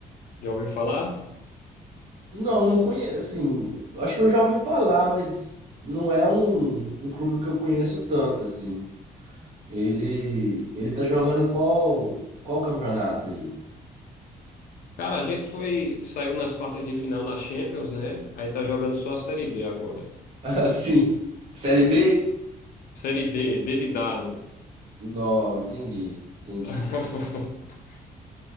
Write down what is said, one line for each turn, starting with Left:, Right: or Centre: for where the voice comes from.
Left: Já ouviu falar?
Right: Não, não conheço, assim, eu acho que eu já ouvi falar, mas não é um, um clube que eu conheço tanto, assim. Ele, ele tá jogando qual, qual campeonato aí?
Left: Cara, a gente foi, saiu nas quartas de final na Champions, né? Aí tá jogando só a Série D agora.
Right: <laughs> Assim, Série B?
Left: Série D, D de dado.
Right: Não, entendi, entendi.
Left: <laughs>